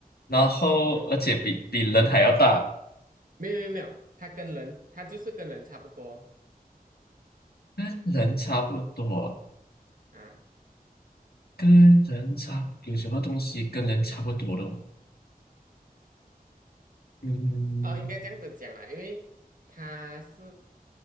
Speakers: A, on the left (about 85°); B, on the right (about 60°).
A: 然后而且比比人还要大，
B: 嗯，没有没有没有，它跟人，它就是跟人差不多
A: 跟人差不多。
B: 啊。
A: 跟人差有什么东西跟人差不多的哦嗯
B: 哦，应该这样子讲啦，因为他是